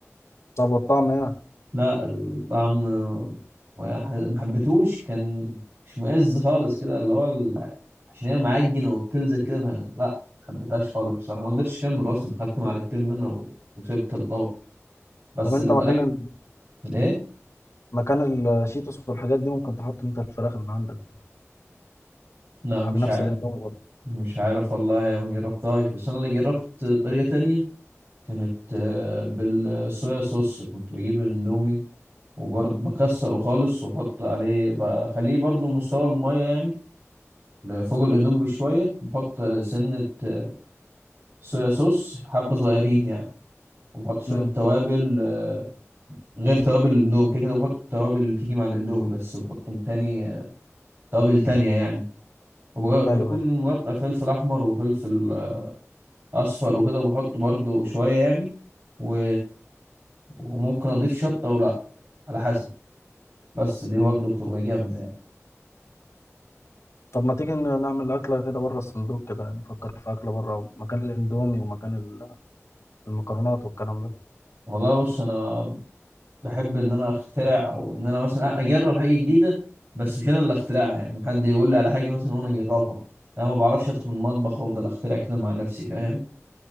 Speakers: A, on the left (about 65°); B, on the right (about 45°).
A: طب والطعم إيه؟
B: لا الطعم ما ح- ما حبيتهوش كان مش مؤز خالص كده اللي هو ال- عشان هي معجنه وبتلزق كده ف- لا ما حبيتهاش خالص بصراحه ما قدرتش اكمل اصلا خدت معلقتين منها و- وسبت الطبق بس
A: طب أنت
B: الطريقه
A: مكان ال...
B: الايه
A: مكان الشيتوس والحاجات دي ممكن تحط أنت الفراخ اللي عندك
B: لا مش
A: على نفس
B: عارف
A: الإندومي برضه
B: مش عارف والله يا ما جربتهاش بس انا اللي جربت طريقه تانية كانت آه، بالصويا صوص كنت بجيب اندومي وبرضه بكسره خالص واحط عليه بخليه برضه مستوى المية يعني فوق الاندومي بشوية بحط سنة آه، صويا صوص حبة صغيرين يعني وبحط شوية
A: أمم
B: توابل آه، غير توابل الاندومي كده كده بحط التوابل اللي بتيجي مع الاندومي بس بحط تاني آه، توابل تانية يعني وبج- بكون
A: أيوه أيوه
B: مقطع فلفل أحمر وفلفل آه، أصفر وكده وبحط برضه شوية يعني و... وممكن أضيف شطة أو لأ على حسب بس دي برضو
A: أمم.
B: بتبقى جامدة يعني
A: طب ما تيجي ن- نعمل أكلة كده بره الصندوق كده يعني نفكر في أكلة بره مكان الإندومي ومكان ال... المكرونات والكلام ده
B: والله بص أنا بحب إن أنا أخترع أو إن أنا مثلا أجرب حاجة جديدة بس مش أنا اللي أخترعها يعني حد يقول لي على حاجة مثلا وأنا أجربها أنا ما بعرفش أدخل المطبخ وأفضل أخترع كده مع نفسي فاهم